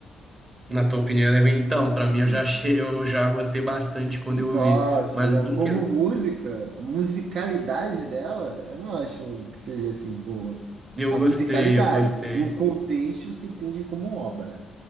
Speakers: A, on the right; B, on the right.
A: na tua opinião, ela é ruim. Então, pra mim
B: Sim.
A: eu já achei, eu já gostei bastante quando
B: Nossa,
A: eu ouvi. Mas
B: não,
A: em
B: como
A: que...
B: música, a musicalidade dela, eu não acho que seja assim boa.
A: eu
B: A
A: gostei,
B: musicalidade,
A: eu gostei.
B: o contexto você entende como obra.